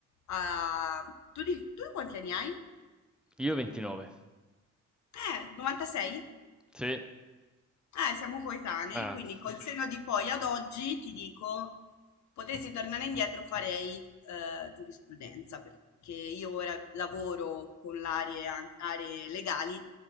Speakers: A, on the left (about 65°); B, in the centre.
A: eh, tu, di, tu quanti anni hai?
B: Io 29.
A: Eh, 96?
B: Sì.
A: Eh, siamo coetanei,
B: Ah.
A: quindi col senno di poi ad oggi ti dico, potessi tornare indietro farei eh, giurisprudenza, perché io ora lavoro con l'area, an- aree legali